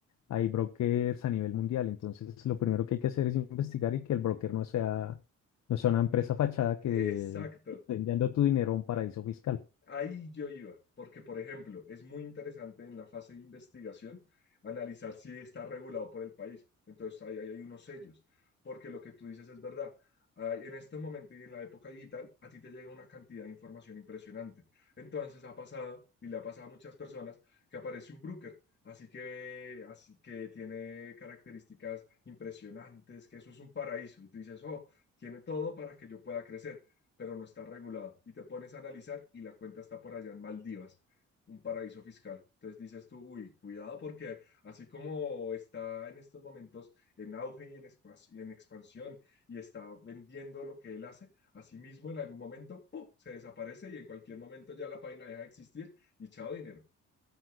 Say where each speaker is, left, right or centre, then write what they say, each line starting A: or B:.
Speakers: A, on the left; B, on the left.
A: hay brokers a nivel mundial. Entonces, lo primero que hay que hacer es investigar y que el broker no sea, no sea una empresa fachada que
B: exacto.
A: te esté enviando tu dinero a un paraíso fiscal.
B: Ahí yo iba, porque por ejemplo, es muy interesante en la fase de investigación analizar si está regulado por el país. Entonces, ahí, ahí hay unos sellos, porque lo que tú dices es verdad. Ah, En este momento y en la época digital, a ti te llega una cantidad de información impresionante. Entonces ha pasado, y le ha pasado a muchas personas, que aparece un broker, así que, así que tiene características impresionantes, que eso es un paraíso. Y tú dices, oh, tiene todo para que yo pueda crecer pero no está regulado. Y te pones a analizar y la cuenta está por allá en Maldivas, un paraíso fiscal. Entonces dices tú, uy, cuidado porque así como está en estos momentos en auge y en, espacio, en expansión y está vendiendo lo que él hace, asimismo en algún momento ¡pum! se desaparece y en cualquier momento ya la página deja de existir y chao dinero.